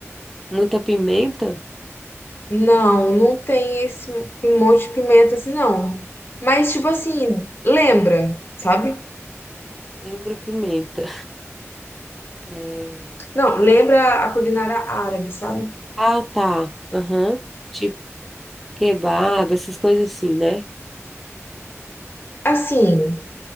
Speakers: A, in the centre; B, on the left (about 45°).
A: Muita pimenta?
B: Não, não tem esse um monte de pimenta assim, não. Mas, tipo assim, lembra, sabe?
A: Lembra pimenta. É,
B: Não, lembra a culinária árabe, sabe?
A: Ah, tá. Aham. Tipo kebab, essas coisas assim, né?
B: Assim,